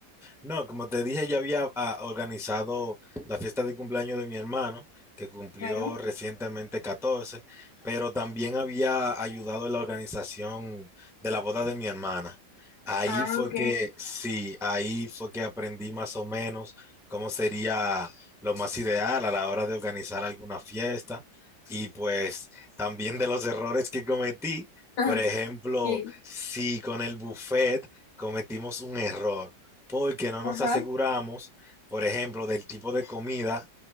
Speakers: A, in the centre; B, on the left.
A: No, como te dije, ya había ah, organizado la fiesta de cumpleaños de mi hermano, que cumplió
B: Claro.
A: recientemente 14, pero también había ayudado en la organización de la boda de mi hermana. Ahí
B: Ah,
A: fue
B: ok.
A: que, sí, ahí fue que aprendí más o menos cómo sería lo más ideal a la hora de organizar alguna fiesta y pues también de los errores que cometí. Por
B: <laughs>
A: ejemplo,
B: Sí.
A: si con el buffet cometimos un error porque no
B: Ajá.
A: nos aseguramos, por ejemplo, del tipo de comida